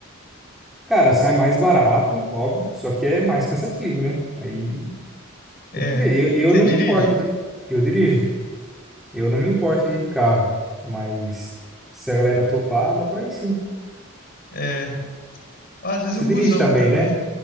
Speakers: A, in the centre; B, on the left (about 45°).
A: Cara, sai mais barato, óbvio, só que é mais cansativo, né? Aí
B: é.
A: tem que ver. Eu,
B: Você
A: eu não
B: dirige?
A: me importo de. Eu dirijo. Eu não me importo de ir de carro, mas se a galera topar, dá pra ir sim.
B: É. Às vezes
A: Você
B: um
A: dirige
B: busão
A: também,
B: também.
A: né?